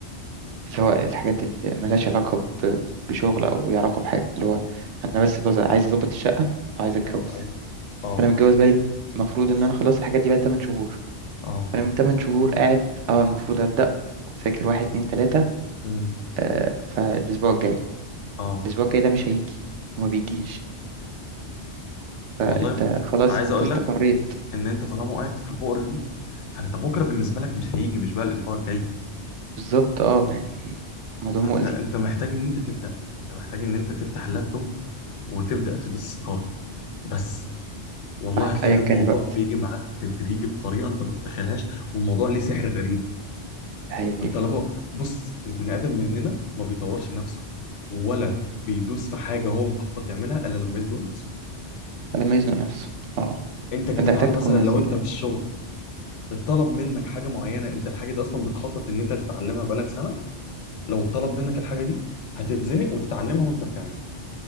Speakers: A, on the right; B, on the left.
A: اللي هو الحاجات اللي ملهاش علاقة ب- بشغل أو ليها علاقة بحاجة اللي هو أنا بس بز- عايز أظبط الشقة وعايز أتجوز
B: أيوه أيوه أه
A: فأنا متجوز بقالي المفروض إن أنا خلاص الحاجات دي بقالي 8 شهور
B: أه
A: فأنا من 8 شهور قاعد أه المفروض أبدأ وأذاكر واحد اتنين تلاتة
B: مم.
A: آه فالأسبوع الجاي
B: أه
A: الأسبوع الجاي ده مش هيجي وما بيجيش فأنت
B: والله ب...
A: خلاص
B: عايز
A: أنت
B: أقول
A: استقريت
B: لك ان انت طالما وقعت في البؤره دي فانت بكره بالنسبه لك مش هيجي مش بقى الاسبوع الجاي
A: بالظبط أه يعني موضوع
B: فانت
A: مؤذي
B: انت محتاج ان انت تبدا انت محتاج ان انت تفتح اللابتوب وتبدا تدوس ستارت بس والله
A: صح
B: هتلاقي
A: أيا
B: الموضوع
A: كان الوقت
B: بيجي معاك تدريجي بطريقه انت ما تتخيلهاش والموضوع ليه سحر غريب
A: ده حقيقي
B: انت لما بص البني ادم مننا ما بيطورش نفسه ولا بيدوس في حاجه هو مخطط يعملها الا لما يزنق نفسه
A: لما يزنق نفسه أه
B: انت كده
A: فأنت محتاج
B: تعالى
A: تكون
B: مثلا
A: مزنوق
B: لو انت في الشغل اتطلب منك حاجه معينه انت الحاجه دي اصلا بتخطط ان انت تتعلمها بقالك سنه لو اتطلب منك الحاجه دي هتتزنق وتتعلمها وانت بتعملها